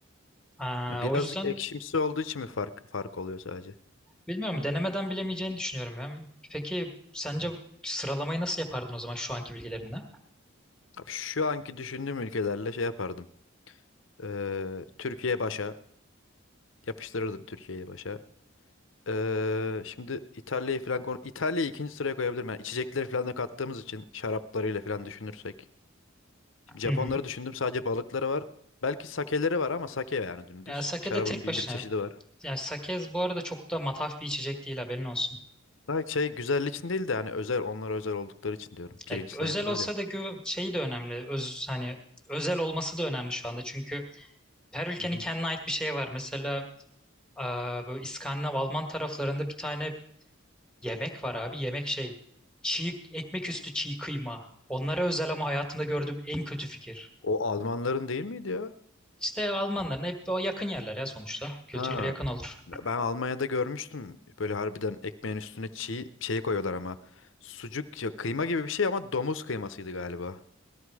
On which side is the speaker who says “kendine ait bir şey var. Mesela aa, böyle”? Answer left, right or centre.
Centre